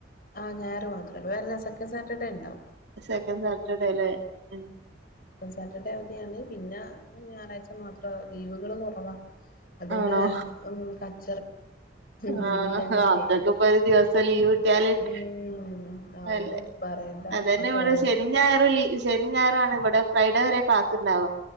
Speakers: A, on the left; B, on the right.
A: ആ ഞായറ് മാത്രം വേറെ എല്ലാ സെക്കൻഡ് സാറ്റർഡേ ഇണ്ടാവും.
B: സെക്കൻഡ് സാറ്റർഡേല്ലേ ഉം
A: സാറ്റർഡേ അവധിയാണ് പിന്നെ ഞായറാഴ്ച്ച മാത്രം ലീവുകള് കുറവാ. അതന്നെ
B: ആണോ
A: ഉം <unintelligible> ലീവില്ലാഞ്ഞിട്ടേ
B: ആ അതൊക്കെ ഇപ്പോഒരു ദിവസം ലീവ് കിട്ടിയാ <unintelligible>
A: ഉം ആവോ
B: അല്ല
A: പറയണ്ട
B: അതന്നെയാ
A: ഫോണ്
B: <unintelligible> ശെനിയും ഞായറും ലീവ് ശെനി ഞായറാണ് ഇവടെ ഫ്രൈഡേ വരെ ക്ലാസ് ഇണ്ടാവാ,